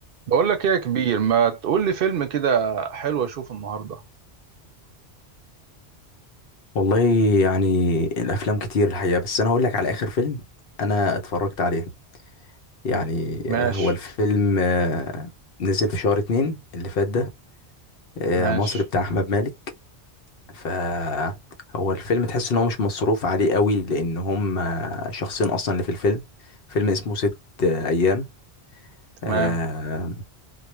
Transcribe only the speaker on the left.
والله يعني الافلام كتير الحقيقه بس انا هقول لك على اخر فيلم انا اتفرجت عليه يعني
آه، هو الفيلم آه، نزل في شهر اتنين اللي فات ده آه،
مصري بتاع احمد مالك فهو الفيلم تحس ان هو مش مصروف عليه قوي لان هم آه، شخصين اصلا اللي في الفيلم فيلم اسمه ست آه، ايام
آه،